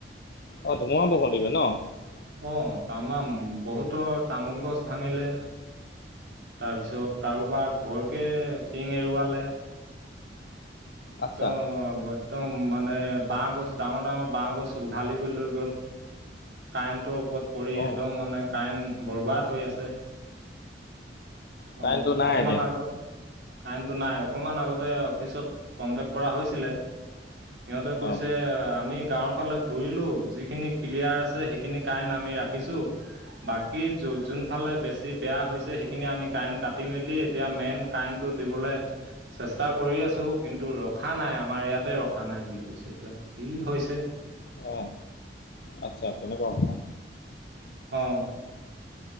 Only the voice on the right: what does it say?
অ তামাম বহুতৰ তামোল গছ ভাঙিলে তাৰপিছত কাৰোবাৰ ঘৰকে টিং এৰুৱালে
ত মই <unintelligible> একদম মানে বাহ গছ ডাঙৰ ডাঙৰ বাহ গছ উঘালি গৈ লৈ গ'ল <unintelligible> কাৰেণ্টৰ ওপৰত পৰি
একদম মানে কাৰেণ্ট বৰবাদ হৈ আছে
অ
অকমান
আগতে কাৰেণ্টটো নাই অকমান আগতে অফিচত কণ্টেক কৰা হৈছিলে সিহঁতে কৈছে
আমি গাঁৱৰ ফালে ঘূৰি যিখিনি ক্লিয়াৰ আছে সেইখিনি কাৰেণ্ আমি ৰাখিছো। বাকী যোন ফালে বেছি বেয়া হৈছে সেইখিনি আমি কাৰেণ্ট কাটি মেলি এতিয়া মেইন কাৰেণ্টটো দিবলে চেষ্টা কৰি আছো, কিন্তু ৰখা নাই। আমাৰ ইয়াতে ৰখা নাই বুলি কৈছে। এতিয়া কি হৈছে?
অ।